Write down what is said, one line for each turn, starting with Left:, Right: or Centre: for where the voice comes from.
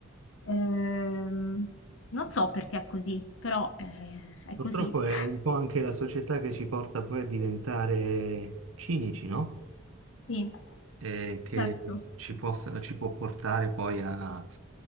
Left: Ehm, non so perché è così, però eh, è
Right: Purtroppo
Left: così.
Right: è
Left: <laughs>
Right: un po' anche la società che ci porta poi a diventare cinici, no?
Left: Sì,
Right: eh, che
Left: certo.
Right: ci possa- ci può portare poi a,